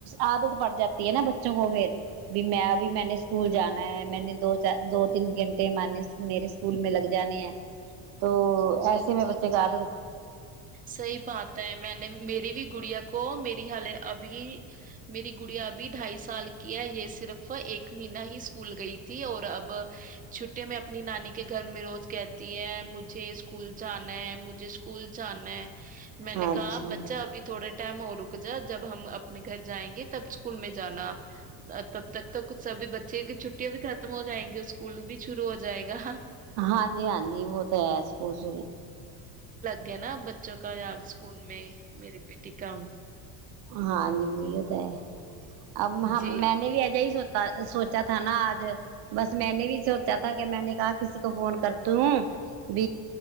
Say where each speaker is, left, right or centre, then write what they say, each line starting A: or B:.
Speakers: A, on the right; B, on the right.
A: عادت پڑ جاتی ہے نا بچوں کو پھر بھی میں بھی میں نے سکول جانا میں نے دوار دو تین گھنٹے ماننے میرے اسکول میں لگ جانے ہیں تو ایسے میں بچے کاا د گا
B: صحی بات ہے میں نے میری بھی گڑیا کو میری حالے ابھی میری گڑیا ابھی ڈھائی سال کی ہے یہ صرف ایک مہینہ ہی اسکول گئی تھی اور اب چھٹی میں اپنی نانی کے گھر میں روز کہتی ہے مجھے اسکول جانا ہے مجھے اسکول چاہنا ہے میں
A: اچھا
B: نے کہا بچہ ابھی تھوڑا ٹائم اور رک جا جب ہم اپنے گھر جائیں گے تب اسکول میں جانا تب تک تو کچھ سبھی بچے کی چھٹی چیاں بھی ختم ہو جائیں گی اسکول بھی شروع ہو جائے گا
A: ہاں جی ہاں جی وہ تو ہے سکول چ
B: کہ نا بچوں کا اں اسکول میں میری بیٹی کا
A: ہاں جی بھیو تو ہے اب
B: جی
A: میں نے بھی ایجا یہی سوتا سوچا تھا نا آج بس میں نے بھی سوچا تھا کہ میں نے کہا کسی کو فون کرتا ہوں ب